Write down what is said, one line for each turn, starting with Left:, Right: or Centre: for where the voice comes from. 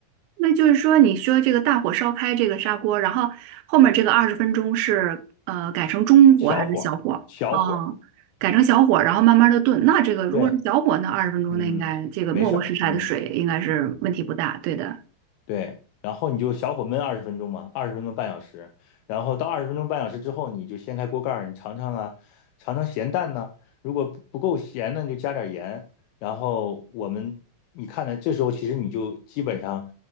Right: 那就是说，你说这个大火烧开这个砂锅，然后后面这个二十分钟是呃改成中火还是小火？
Left: 小火小火，
Right: 哦，改成小火，然后慢慢的炖。那这个如果是小火，
Left: 对，
Right: 那二十分钟那应该这个没过食材的水应该是问题不大，
Left: 嗯，没事儿，嗯。
Right: 对的。
Left: 对，然后你就小火焖二十分钟嘛，二十分钟半小时，然后到二十分钟半小时之后，你就掀开锅盖儿，你尝尝啊，尝尝咸淡呢、如果不不够咸呢，你就加点盐。然后我们你看呢，这时候其实你就基本上，